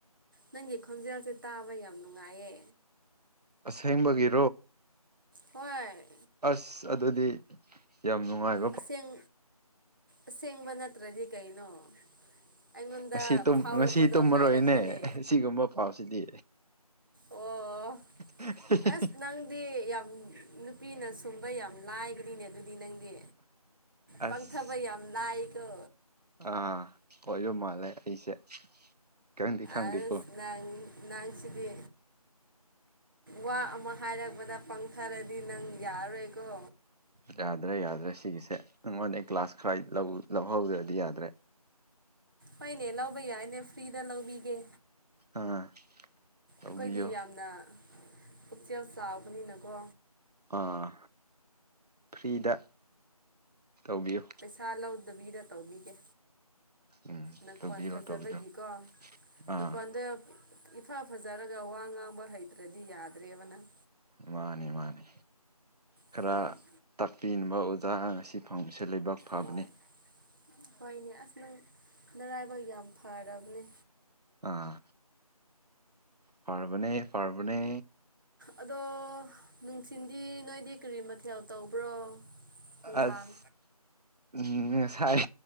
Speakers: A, on the right; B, on the right.
A: ꯅꯪꯒꯤ ꯈꯣꯟꯖꯦꯜꯁꯦ ꯇꯥꯕ ꯌꯥꯝ ꯅꯨꯡꯉꯥꯏꯌꯦ
B: ꯑꯁꯦꯡꯕꯒꯤ
A: ꯍꯣꯏ
B: ꯑꯁ ꯑꯗꯨꯗꯤ ꯌꯥꯝ ꯅꯨꯡꯉꯥꯏ
A: ꯑꯁꯦꯡ ꯑꯁꯦꯡꯕ ꯅꯠꯇ꯭ꯔꯗꯤ ꯀꯩꯅꯣ ꯑꯩꯉꯣꯟꯗ
B: ꯉꯁꯤ ꯇꯨꯝ
A: ꯐꯥꯎꯔꯛꯄꯗꯣ
B: ꯉꯁꯤ ꯇꯨꯝꯃꯔꯣꯏꯅꯦ
A: ꯍꯥꯏꯔꯛꯄꯅꯦ
B: ꯑꯁꯤꯒꯨꯝꯕ ꯄꯥꯎꯁꯤꯗꯤ
A: ꯑꯣ
B: <unintelligible>
A: ꯑꯁ ꯅꯪꯗꯤ ꯌꯥꯝ ꯅꯨꯄꯤꯅ ꯁꯨꯝꯕ ꯌꯥꯝ ꯂꯥꯏꯒꯅꯤꯅꯦ ꯑꯗꯨꯗꯤ ꯅꯪꯗꯤ
B: ꯑꯁ
A: ꯄꯪꯊꯕ ꯌꯥꯝ ꯂꯥꯏꯀꯣ
B: ꯑꯥ ꯍꯣꯏꯁꯨ ꯃꯥꯜꯂꯦ ꯑꯩꯁꯦ ꯈꯪꯗꯤ ꯈꯪꯗꯦꯀꯣ
A: ꯑꯁ ꯅꯪ ꯅꯪꯁꯤꯗꯤ ꯋꯥ ꯑꯃ ꯍꯥꯏꯔꯛꯄꯗ ꯄꯪꯊꯔꯗꯤ ꯅꯪ ꯌꯥꯔꯣꯏꯀꯣ
B: ꯌꯥꯗ꯭ꯔꯦ ꯌꯥꯗ꯭ꯔꯦ ꯁꯤꯒꯤꯁꯦ ꯅꯉꯣꯟꯗ ꯀ꯭ꯂꯒꯥꯁ ꯈꯔ ꯂꯧ ꯂꯧꯍꯧꯗ꯭ꯔꯗꯤ ꯌꯥꯗ꯭ꯔꯦ
A: ꯐꯩꯅꯦ ꯂꯧꯕ ꯌꯥꯏꯅꯦ ꯐ꯭ꯔꯤꯗ ꯂꯧꯕꯤꯒꯦ
B: ꯑꯥ ꯇꯧꯕꯤꯌꯣ
A: ꯑꯈꯣꯏꯗꯤ ꯌꯥꯝꯅ ꯄꯨꯛꯆꯦꯜ ꯆꯥꯎꯕꯅꯤꯅꯀꯣ
B: ꯑꯥ ꯐ꯭ꯔꯤꯗ ꯇꯧꯕꯤꯌꯨ
A: ꯑꯥ ꯂꯧꯗꯕꯤꯗ ꯇꯧꯕꯤꯒꯦ
B: ꯎꯝ
A: ꯅꯈꯣꯟ
B: ꯇꯧꯕꯤꯔꯣ
A: ꯐꯖꯕꯒꯤꯀꯣ
B: ꯇꯧꯕꯤꯔꯣ ꯑꯥ
A: ꯅꯪꯈꯣꯟꯗ ꯏꯐ ꯐꯖꯔꯒ ꯋꯥ ꯉꯥꯡꯕ ꯍꯩꯇ꯭ꯔꯗꯤ ꯌꯥꯗ꯭ꯔꯦꯕ ꯅꯪ
B: ꯃꯥꯅꯦ ꯃꯥꯅꯦ ꯈꯔ
A: ꯎꯝ
B: ꯇꯥꯛꯄꯤꯅꯕ ꯑꯣꯖꯥ ꯉꯁꯤ ꯐꯥꯎꯕꯁꯦ ꯂꯩꯕꯥꯛ ꯐꯕꯅꯤ
A: ꯍꯣꯏ ꯍꯣꯏꯅꯦ ꯑꯁ ꯅꯪ ꯅꯔꯥꯏꯕꯛ ꯌꯥꯝ ꯐꯔꯕꯅꯦ
B: ꯑꯥ ꯐꯔꯕꯅꯦ ꯐꯔꯕꯅꯦ
A: ꯑꯗꯣ ꯅꯨꯡꯊꯤꯟꯗꯤ ꯅꯣꯏꯗꯤ ꯀꯔꯤ ꯃꯊꯦꯜ ꯇꯧꯕ꯭ꯔꯣ ꯅꯨꯡꯗꯥꯡ
B: ꯑꯁ ꯎꯝ ꯉꯁꯥꯏ